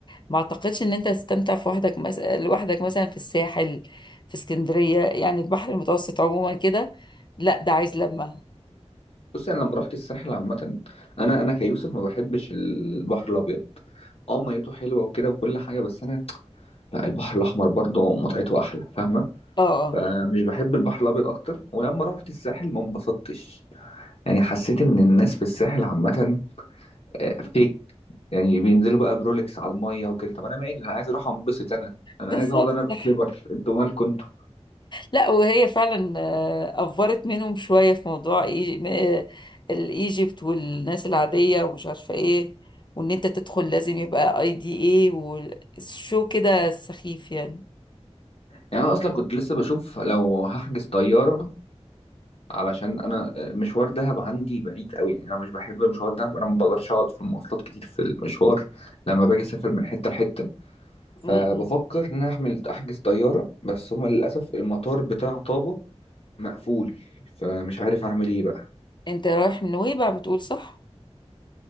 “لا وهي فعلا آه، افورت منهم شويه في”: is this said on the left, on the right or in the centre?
Left